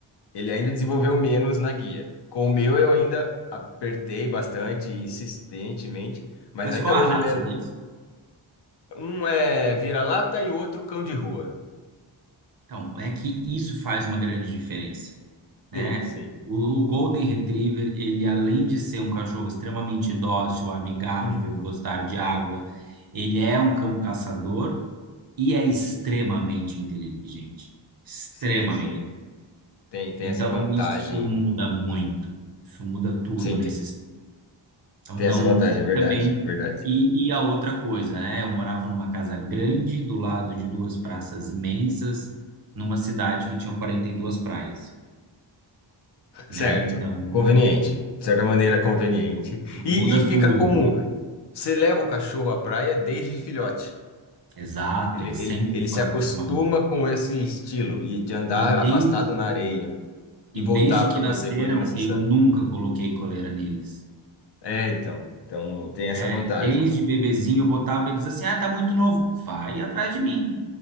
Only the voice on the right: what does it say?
Mas
qual
a raça
deles?
Então, é que isso faz uma grande diferença, né?
O, o Golden Retriever, ele além de ser um cachorro extremamente dócil, amigável,
gostar de água, ele é um cão caçador e é extremamente inteligente. Extremamente.
Então,
isso muda muito. Isso muda tudo
nesse
Então
não
também
e, e a outra coisa, né? Eu morava numa casa grande do lado de duas praças imensas, numa cidade que tinha 42 praias, né?
Então
<laughs>
muda
tudo.
Exato,
eles
sempre
foram
acostumados.
E
desde,
e
desde
que
nasceram,
eu nunca coloquei coleira neles,
né?
E desde bebezinho eu botava eles assim: "Ah, tá muito novo. Vai atrás de mim.